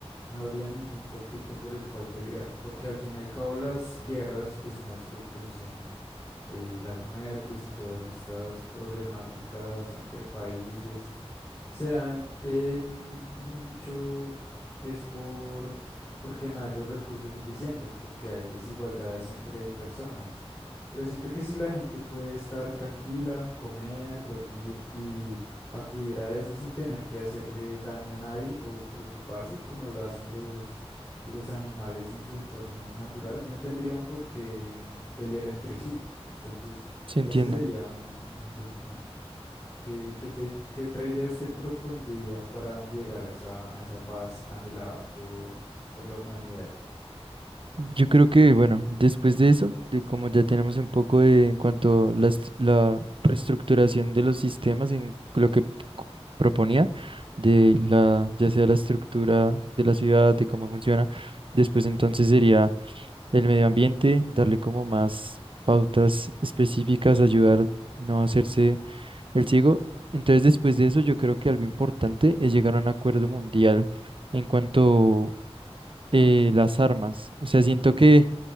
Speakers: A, on the left (about 30°); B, on the right (about 55°).
A: No habría ningún conflicto por el cual pelear, porque al fin y al cabo las guerras, que son las que producen eh, las muertes y todas estas problemáticas entre países se dan en mucho es por porque no hay los recursos suficientes, porque hay desigualdades entre personas. Pero siento que si la gente puede estar tranquila, comer, dormir y acudir a eso sin tener que hacerle daño a nadie o preocuparse como lo hacen los, los animales en su entorno natural, no tendrían por qué pelear entre sí. Entonces,
B: sí entiendo.
A: ese sería un un buen punto. ¿Qué, qué te- qué otra idea usted propondría para llegar a esa, a esa paz anhelada por, por la humanidad?
B: Yo creo que, bueno, después de eso, de como ya tenemos un poco de en cuanto a la, est- la reestructuración de los sistemas en lo que p- co- proponía, de la, ya sea la estructura de la ciudad, de cómo funciona, después entonces sería el medio ambiente, darle como más pautas específicas, ayudar no a hacerse el ciego. Entonces, después de eso, yo creo que algo importante es llegar a un acuerdo mundial en cuanto eh, las armas. O sea, siento que